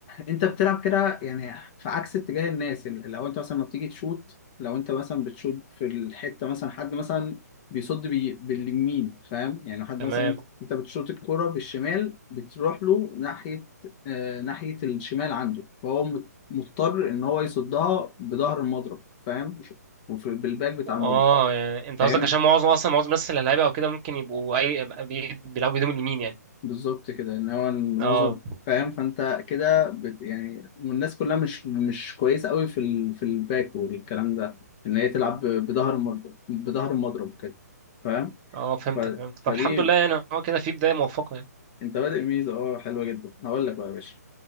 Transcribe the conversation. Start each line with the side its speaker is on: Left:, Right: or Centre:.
Left: انت بتلعب كده يعني في عكس اتجاه الناس يعني لو انت مثلا ما بتيجي تشوت لو انت مثلا بتشوت في الحته مثلا حد مثلا بيصد بي باليمين فاهم يعني لو حد
Right: تمام
Left: مثلا انت, انت بتشوت الكره بالشمال بتروح له ناحيه آه ناحيه الشمال عنده فهو مت- مضطر ان هو يصدها بظهر المضرب فاهم وفي بالباك بتاع المضرب
Right: اه يعني انت
Left: فهمت؟
Right: قصدك عشان معظم اصلا معظم الناس اللي هيلعبها او كده ممكن يبقوا اي بي- بيلعبوا بيدوم اليمين يعني
Left: بالظبط كده ان هو معظم
Right: اه
Left: فاهم فانت كده بت... يعني والناس كلها مش مش كويسه قوي في ال... في الباك والكلام ده ان هي تلعب ب- بظهر المضرب بظهر المضرب كده فاهم
Right: اه فهمتك
Left: ف...
Right: فهمتك طب
Left: فدي
Right: الحمد لله يعني هو كده في بداية موفقة يعني
Left: انت بادئ ميزه اه حلوه جدا هقول لك بقى يا باشا